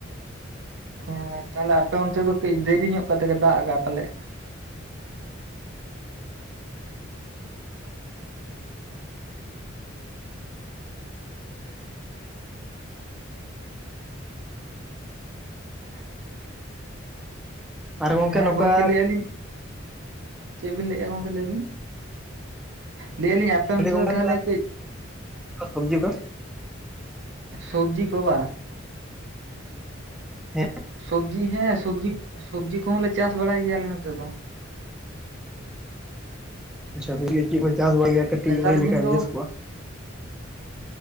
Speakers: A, on the right; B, in the centre.
A: ᱦᱮᱸ ᱛᱟᱦᱚᱞᱮ ᱟᱯᱮ ᱚᱱᱛᱮ ᱫᱚ ᱠᱟᱹᱡ ᱫᱮᱨᱤ ᱧᱚᱜ ᱠᱟᱛᱮ ᱜᱮ ᱫᱟᱜ ᱟᱠᱟᱼᱟ ᱯᱟᱞᱮᱜ ᱾ <unintelligible>
B: ᱟᱨ
A: ᱦᱮᱸ
B: ᱱᱚᱝᱠᱟ
A: ᱜᱚᱝᱠᱮ ᱞᱟᱹᱭᱼᱮᱜᱼᱟ ᱞᱤᱝ, ᱪᱮᱜ ᱵᱤᱱ ᱞᱟᱹᱭᱼᱮᱜᱼᱟ ᱜᱚᱝᱠᱮ ᱞᱟᱹᱭ ᱵᱤᱱ? ᱞᱟᱹᱭᱼᱮᱜᱼᱟ ᱞᱤᱧ ᱟᱯᱮ ᱚᱱᱛᱮ
B: ᱵᱤᱱ ᱜᱚᱝᱠᱮ
A: ᱫᱚ ᱛᱟᱦᱚᱞᱮ ᱠᱟᱹᱡᱼᱼ
B: ᱥᱚᱵᱽᱡᱤ ᱠᱚ
A: ᱥᱩᱵᱽᱡᱤ ᱠᱚ ᱵᱟ?
B: ᱦᱮᱸ
A: ᱥᱚᱵᱽᱡᱤ ᱦᱮᱸ ᱥᱚᱵᱽᱡᱤᱼᱠ ᱥᱚᱵᱽᱡᱤ ᱠᱚᱦᱚᱸ ᱞᱮ ᱪᱟᱥ ᱵᱟᱲᱟᱭ ᱜᱮᱭᱟ ᱟᱞᱮ ᱱᱚᱛᱮ ᱫᱚ ᱾
B: ᱟᱪᱪᱷᱟ, ᱵᱤᱴᱤᱼᱟᱭᱳ, ᱪᱮᱫ ᱵᱚᱱ ᱪᱟᱥ ᱵᱟᱲᱟᱭ ᱜᱮᱭᱟ, ᱠᱟᱹᱴᱤᱡ
A: ᱱᱮᱛᱟᱨ
B: ᱞᱟᱹᱭ ᱞᱮᱠᱷᱟᱡ
A: ᱫᱤᱱ ᱫᱚ
B: ᱵᱮᱥ ᱠᱚᱜᱼᱟ?